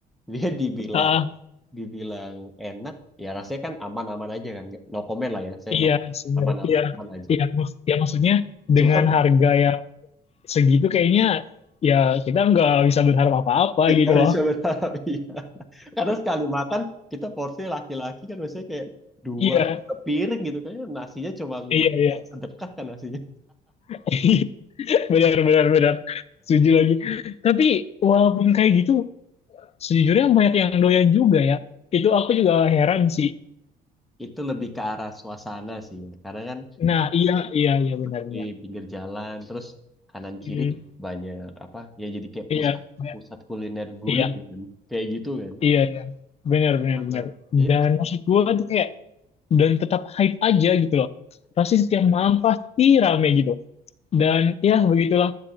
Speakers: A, in the centre; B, on the left.
A: dia dibilang
B: Ah,
A: dibilang enak ya rasanya kan aman-aman aja kan Nggak- no comment lah ya saya
B: iya
A: no comment.
B: sebenarnya
A: aman-aman
B: iya
A: aman aja
B: iya Mak- ya maksudnya
A: cuman
B: dengan harga yang segitu kayaknya ya kita nggak bisa berharap apa-apa
A: <laughs>
B: gitu
A: nggak
B: loh.
A: bisa berharap iya karena sekali makan kita porsi laki-laki kan biasanya kayak dua
B: Iya
A: piring gitu kayaknya nasinya cuma
B: Iya, iya.
A: kayak sedekah kan nasinya
B: <laughs> Benar, benar, benar. Setuju lagi. Tapi walaupun kayak gitu, sejujurnya banyak yang doyan juga ya. Itu aku juga heran sih.
A: itu lebih ke arah suasana sih ya. Karena kan
B: Nah, iya, iya, iya,
A: duduk
B: benar, benar.
A: di pinggir jalan terus kanan
B: Hmm,
A: kiri juga banyak apa ya jadi kayak
B: iya,
A: pusat
B: iya,
A: pusat kuliner gulai
B: iya,
A: kan kayak gitu kan
B: iya, iya. Benar, benar,
A: Eh,
B: benar.
A: itu
B: Dan maksud gue tuh kayak, dan tetap hype aja gitu loh. Pasti setiap malam pasti rame gitu. Dan ya begitulah.